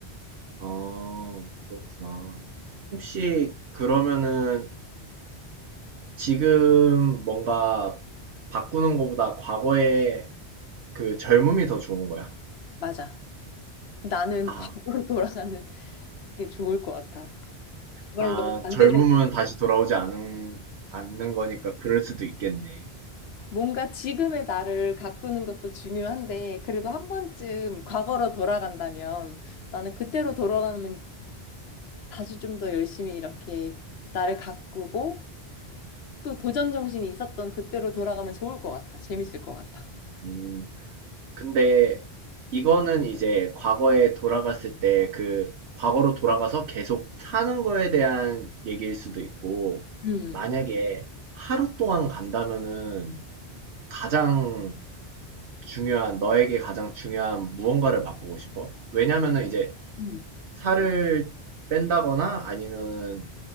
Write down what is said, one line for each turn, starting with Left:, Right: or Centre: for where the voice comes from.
Right: 아, 그렇구나. 혹시 그러면은 지금 뭔가 바꾸는 것보다 과거에 그 젊음이 더 좋은 거야?
Left: 맞아. 나는
Right: 아,
Left: <laughs> 과거로 돌아가는 게 좋을 것 같아. 그거랑
Right: 아,
Left: 너무 반대되는
Right: 젊음은 다시 돌아오지 않은, 않는 거니까 그럴 수도 있겠네.
Left: 뭔가 지금의 나를 가꾸는 것도 중요한데, 그래도 한 번쯤 과거로 돌아간다면, 나는 그때로 돌아가면 다시 좀 더 열심히 이렇게 나를 가꾸고, 또 도전 정신이 있었던 그때로 돌아가면 좋을 것 같아. 재밌을 것 같아.
Right: 음. 근데 이거는 이제 과거에 돌아갔을 때 그 과거로 돌아가서 계속 사는 거에 대한 얘기일 수도 있고,
Left: 음.
Right: 만약에 하루 동안 간다면은 가장 중요한, 너에게 가장 중요한 무언가를 바꾸고 싶어? 왜냐면은 이제
Left: 음.
Right: 살을 뺀다거나 아니면은